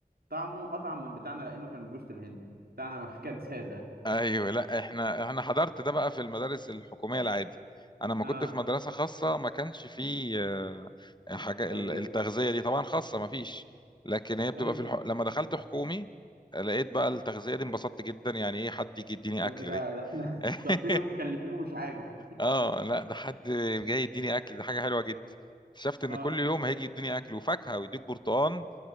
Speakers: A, on the right; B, on the left.
A: طعمه اطعم من بتاعنا لانه كان بجوز الهند بتاعنا ما <laughs> كان ساده
B: ايوه لا احنا احنا حضرت ده بقى في المدارس الحكوميه العادي انا ما
A: اه
B: كنت في مدرسه خاصه ما كانش فيه آه، حاجه
A: تغذيه
B: ال- التغذيه دي طبعا خاصه ما فيش لكن هي بتبقى
A: ايوه
B: في الح... لما دخلت حكومي آه، لقيت بقى التغذيه دي انبسطت جدا يعني ايه حد يجي يديني
A: قلت
B: اكل
A: ده
B: دي
A: ده احنا
B: <laughs>
A: <laughs> صارفين ومكلفين ومش عاجب
B: اه لا ده حد جاي يديني اكل ده حاجه حلوه جدا اكتشفت ان
A: اه
B: كل يوم هيجي يديني اكل وفاكهه ويدوك برتقان